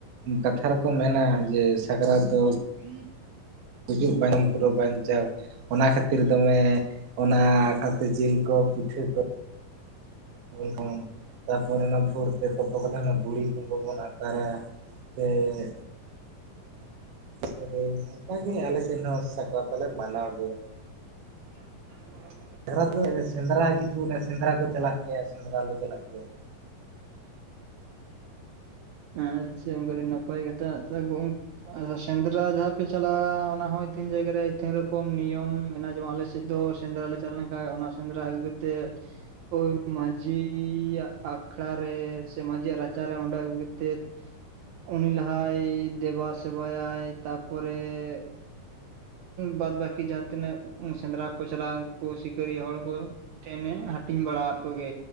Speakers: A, on the right (about 70°); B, on the right (about 80°).
A: ᱠᱟᱛᱷᱟ ᱨᱮᱠᱚ ᱢᱮᱱᱟ ᱡᱮ ᱥᱟᱠᱨᱟᱛ ᱫᱚ ᱼᱼ
B: <inaudible>
A: ᱜᱩᱡᱩᱜ <inaudible> ᱵᱟᱧᱪᱟᱣᱼᱼ ᱚᱱᱟ ᱠᱷᱟᱛᱤᱨ ᱫᱚᱢᱮ, ᱚᱱᱟ ᱠᱷᱟᱥᱤ ᱡᱤᱞ ᱠᱚ ᱯᱤᱴᱷᱟᱹ ᱠᱚᱼᱼ <inaudible> ᱛᱟᱨᱯᱚᱨᱮ ᱚᱱᱟ ᱵᱷᱳᱨ ᱛᱮ ᱛᱳᱯᱳ ᱠᱟᱛᱮᱜ ᱦᱟᱱᱮ ᱵᱩᱲᱦᱤ ᱠᱩᱢᱵᱟᱹ ᱵᱚᱱ ᱟᱛᱟᱨᱟ ᱾ <inaudible> <inaudible> ᱱᱚᱝᱠᱟ ᱜᱮ ᱟᱞᱮ ᱥᱮᱫ ᱦᱚᱸ ᱥᱟᱠᱨᱟᱛ ᱫᱚᱞᱮ ᱢᱟᱱᱟᱣ ᱜᱮᱭᱟ ᱾
B: <unintelligible>
A: <inaudible> ᱥᱮᱸᱫᱽᱨᱟ ᱠᱤᱪᱷᱩ ᱞᱮ, ᱥᱮᱸᱫᱽᱨᱟ ᱠᱚ ᱪᱟᱞᱟᱜ ᱜᱮᱭᱟ ᱥᱮᱸᱫᱽᱨᱟ ᱞᱮ ᱪᱟᱞᱟᱜ ᱜᱮᱭᱟ ᱾
B: ᱟᱪᱪᱷᱟ ᱜᱚᱝᱠᱮ ᱟᱹᱰᱤ ᱱᱟᱯᱟᱭ ᱠᱟᱛᱷᱟ ᱟᱪᱪᱷᱟ ᱜᱚᱝᱼᱼ ᱟ <inaudible> ᱥᱮᱸᱫᱽᱨᱟ ᱡᱟᱦᱟᱸ ᱯᱮ ᱪᱟᱞᱟᱜᱼᱟ, ᱚᱱᱟ ᱦᱚᱸ ᱛᱤᱱ ᱡᱟᱭᱜᱟ ᱨᱮ ᱛᱤᱱ ᱨᱚᱠᱚᱢ ᱱᱤᱭᱚᱢ ᱢᱮᱱᱟᱜᱼᱟ, ᱡᱮᱢᱚᱱ ᱟᱞᱮ ᱼᱼ ᱟᱞᱮ ᱥᱮᱫ ᱫᱚ ᱥᱮᱸᱫᱽᱨᱟ ᱞᱮ ᱪᱟᱞᱟ ᱞᱮᱱᱠᱷᱟᱡ ᱚᱱᱟ ᱥᱮᱸᱫᱽᱨᱟ ᱟᱜᱩ ᱠᱟᱛᱮᱜᱼᱼ ᱦᱳᱭ ᱢᱟᱺᱡᱷᱤᱻ ᱭᱟᱜ ᱟᱠᱷᱲᱟ ᱨᱮ ᱥᱮ ᱢᱟᱺᱡᱷᱤ ᱭᱟᱜ ᱨᱟᱪᱟᱨᱮ ᱚᱸᱰᱮ ᱟᱜᱼᱼ ᱛᱮᱫ, ᱩᱱᱤ ᱞᱟᱦᱟᱭ ᱫᱮᱵᱟ ᱥᱮᱵᱟᱭᱟᱭ ᱛᱟᱯᱚᱨᱮ ᱼᱼ ᱵᱟᱫᱽ ᱵᱟᱠᱤ ᱡᱟᱦᱟᱸ ᱛᱤᱱᱟᱹᱜ ᱥᱮᱸᱫᱽᱨᱟ ᱠᱚ ᱪᱟᱞᱟᱜᱼᱟ, ᱩᱱᱠᱩ ᱥᱤᱠᱟᱹᱨᱤᱭᱟᱹ ᱦᱚᱲ ᱠᱚ ᱼᱼ ᱴᱷᱮᱱᱮ ᱦᱟᱹᱴᱤᱧ ᱵᱟᱲᱟᱣᱟᱫ ᱠᱚᱜᱮ,